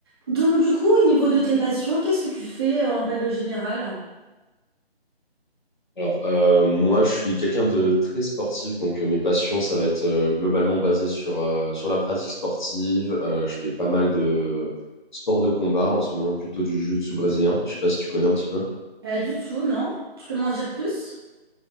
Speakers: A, on the right; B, on the left.
A: Donc du coup, au niveau de tes passions, qu'est-ce que tu fais euh, en règle générale?
B: Alors, euh, moi, je suis quelqu'un de très sportif, donc euh, mes passions, ça va être euh, globalement basé sur, euh, sur la pratique sportive. Euh, je fais pas mal de sports de combat, en ce moment plutôt du jiu-jitsu brésilien. Je sais pas si tu connais un petit peu.
A: Pas du tout, non? Tu peux m'en dire plus?